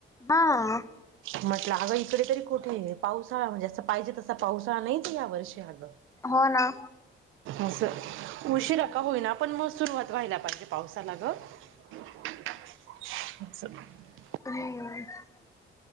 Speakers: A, on the left (about 15°); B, on the right (about 85°).
A: हा,
B: म्हटलं अगं इकडे तरी कुठे आहे, पावसाळा म्हणजे जं पाहिजे तसा पावसाळा नाही त या वर्षी अगं.
A: हो ना
B: अस उशीरा
A: हो
B: का होईना आपण मसूर वत पहिनाप ते पावसा ना ग, <unintelligible>
A: <unintelligible>